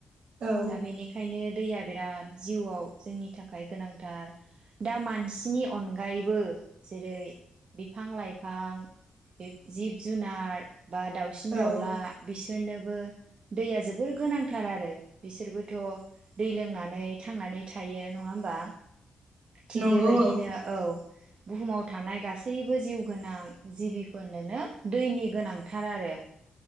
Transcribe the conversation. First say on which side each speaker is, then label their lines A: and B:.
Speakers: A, on the right (about 70°); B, on the right (about 50°).
A: औ
B: दा बेनिखायनो दैया बिराद जिउआव जोंनि थाखाय गोनांथार दा मानसिनि अनगायैबो जेरै बिफां लाइफां जिब जुनार बा दाउसिन
A: औ
B: दाउला बे सोरनोबो दैया जोबोर गोनांथार आरो बिसोरबोथ दै लोंनानै थांनानै थायो नङा होमबा? थिग
A: नंगौ
B: बेबायदिनो
A: औ
B: औ बुहुमाव थानाय गासैबो जिउ गोनां जिबिफोरनोनो दैनि गोनांथार आरो